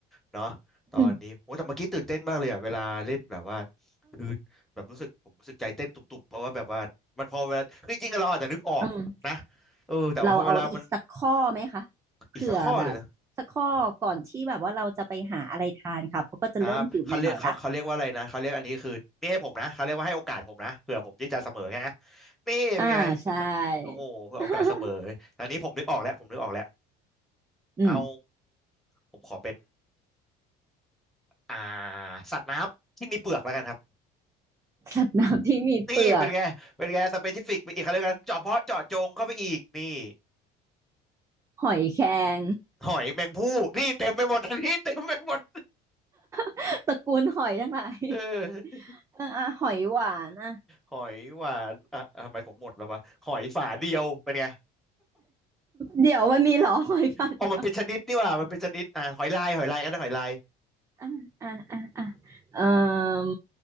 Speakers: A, in the centre; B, on the right.
A: เนาะตอนนี้โอ้แต่เมื่อกี้ตื่นเต้นมากเลยอ่ะเวลาเล่นแบบว่า
B: อืม
A: คือแบบรู้สึกผมรู้สึกใจเต้นตุบๆเพราะว่าแบบว่ามันพอเวลาจริงๆเราอาจจะนึกออกนะ
B: อืม
A: เออแต่ว่าพอเวลามัน
B: เราเอาอีกสักข้อไหมคะเผื่อแบบสักข้อก่อนที่แบบว่าเราจะไปหาอะไรทานค่ะเพราะก็จะเริ่มหิวหน่อยๆละ
A: อีกสักข้อเลยนะ ครับเขาเรียกเขาเขาเรียกว่าอะไรนะเขาเรียกอันนี้คือนี่ให้ผมนะเขาเรียกว่าให้โอกาสผมนะเผื่อผมที่จะเสมอไงฮะนี่เป็นไง
B: อ่าใช่
A: โอ้โหเผื่อโอกาสเสมออันนี้ผมนึกออกแล้วผมนึกออกแล้ว
B: <laughs> อืม
A: เอาผมขอเป็นอ่าสัตว์น้ำที่มีเปลือกแล้วกันครับ
B: สัตว์น้ำที่มีเปลือก
A: นี่เป็นไงเป็นไงสเปซิฟิกไปอีกเขาเรียกกันเจาะเพาะเจาะจงเข้าไปอีกนี่
B: หอยแครง
A: หอยแมงภู่นี่เต็มไปหมด <laughs> อันนี้เต็มไปหมด
B: <laughs> ตระกูลหอยทั้งหลาย
A: เออ
B: <laughs> เอออ่ะหอยหวานอ่ะ
A: หอยหวานอ่ะทำไมผมหมดแล้ววะหอยฝาเดียวเป็นไง
B: เดี๋ยวมันมีเหรอ <laughs> หอยฝาดเดียว
A: อ๋อมันเป็นชนิดนี่หว่ามันเป็นชนิดอ่าหอยลายหอยลายกันนะหอยลาย
B: อ่ะอ่ะอ่ะอ่ะเอ่อ